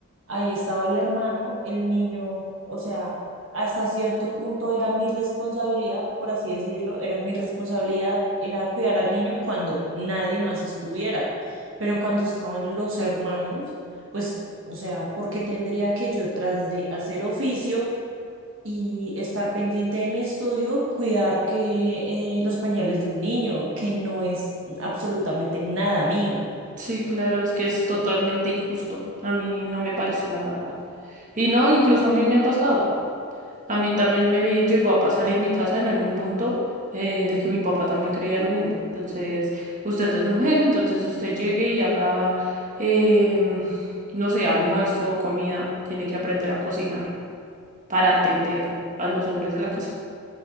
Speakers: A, on the right; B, on the right.
A: ahí estaba el hermano, el niño, o sea, hasta cierto punto era mi responsabilidad, por así decirlo, era mi responsabilidad, era cuidar al niño cuando nadie más estuviera. Pero cuando estaban los hermanos, pues, o sea, ¿por qué tendría que yo, tras de hacer oficio, y estar pendiente de mi estudio, cuidar que eh, los pañales de un niño, que no es absolutamente nada mío.
B: Sí, claro, es que es totalmente injusto. A mí no me parece, la verdad. Y no, incluso a mí me ha pasado. A mí también me ve- llegó a pasar en mi casa en algún punto eh, de que mi papá también creía lo mismo. Entonces, usted es mujer, entonces usted llegue y haga, em, no sé, almuerzo, comida. Tiene que aprender a cocinar para atender a los hombres de la casa.